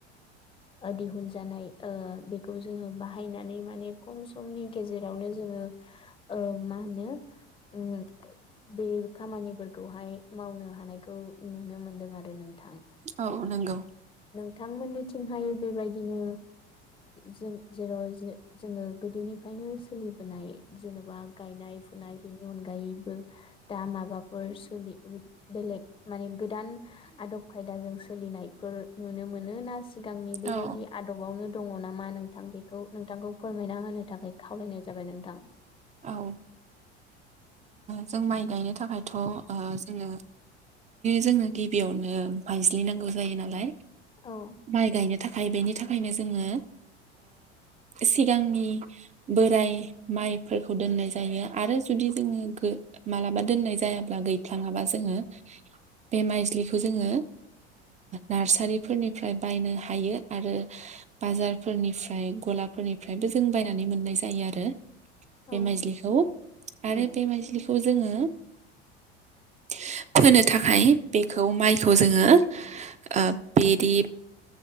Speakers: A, on the left; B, on the right.
A: दिहुनजानाय बेखौ जोङो बाहायनानै माने खम समनि गेजेरावनो जों जेनेबा खामानिफोरखौहाय मावनो मावनो हानायखौ नुनो मोनदों आरो नोंथां
B: औ नंगौ
A: बिथांमोननिथिंहाय बेबायदिनो जोंङो जेराव जोङो गोदोनिफ्रायनो सोलिबोनाय जेन'बा गायनाय फुनाय बेनि अनगायै दा माबाफोर बेलेग माबाफोर सुबिदा गोदान गोदान आदब खायदाजों सोलिनायफोर नुनो मोनो ना सिगांनि बेबायदि
B: औ
A: आदबावनो दङ नामा नोंथां बेखौ नोंथांखौ फोरमायना होनो थाखाय खावलायनाय जाबाय नोंथां
B: औ जों माइ गायनो थाखायथ' जोङो बिदिनो जोंनो गिबियावनो मानस्लि नांगौ जायो नालाय
A: औ
B: माइ गायनो थाखाय बेनि थाखायनो जोङो सिगांनि बोराय माइ फोरखौ दोननाय जायो आरो जुदि जोङो मालाबा दोननाय जायाब्ला गैफलांङाबा जोङो बे माइज्लिखौ जोङो नार्सारिफोरनिफ्राय बायनो हायो आरो बाजारफोरनिफ्राय गलाफोरनिफ्रायबो जों बायनानै मोननाय जायो आरो
A: औ
B: बे माइज्लिखौ आरो
A: उम
B: बे माइज्लिखौ जोङो <unintelligible> फोनो थाखाय बेखौ माइखौ जोङो ओ बिदि